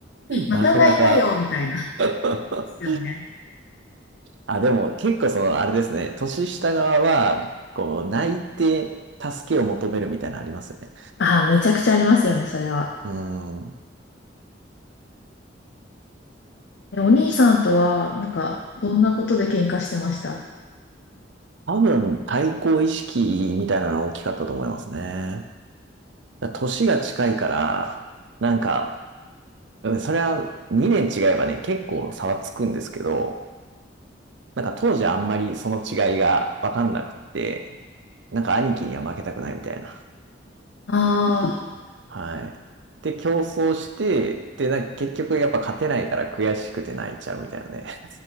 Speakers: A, on the left; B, on the right.
A: また泣いたよ、
B: なかなか
A: みたいな。で
B: <laughs>
A: すよね。
B: あ、でも結構その、あれですね、年下側は、こう、泣いて助けを求めるみたいなのありますよね。
A: ああ、めちゃくちゃありますよね、それは。
B: うん。
A: えお兄さんとは、なんか、どんなことで喧嘩してましたあ
B: 多分、対抗意識みたいなのが大きかったと思いますね。だから年が近いから、なんか、うんそれは2年違えばね、結構差はつくんですけど、なんか当時あんまりその違いがわかんなくって、なんか兄貴には負けたくないみたいな。
A: あ、
B: はい。で、競争して、で、なんか結局やっぱ勝てないから悔しくて泣いちゃうみたいなね。